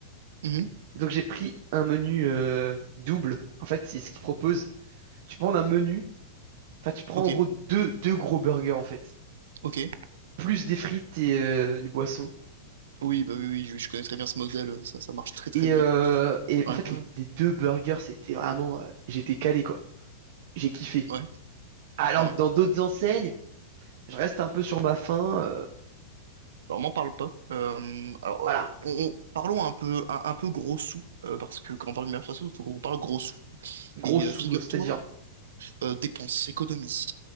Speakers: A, on the right; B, on the right.
A: Mhm.
B: Donc j'ai pris un menu euh, double. En fait, c'est ce qu'ils proposent. Tu prends un menu, enfin tu prends
A: Ok,
B: en gros deux, deux gros burgers en fait,
A: ok.
B: plus des frites et euh, une boisson.
A: Oui, bah oui, oui, je je connais très bien ce modèle, ça, ça marche très très
B: Et,
A: bien.
B: euh, et
A: Ouais,
B: en fait, les, les deux burgers, c'était vraiment. euh, j'étais calé, quoi. J'ai kiffé.
A: ouais,
B: Alors
A: ouais.
B: que dans d'autres enseignes, je reste un peu sur ma faim. euh,
A: Alors, m'en parle pas. Euh, alors,
B: voilà.
A: euh, on- on- parlons un peu, un, un peu gros sous, euh, parce que quand on parle du façon, il faut qu'on parle gros sous.
B: Gros
A: Et
B: sous,
A: euh, figure-toi,
B: euh, c'est-à-dire.
A: euh, dépenses, économies.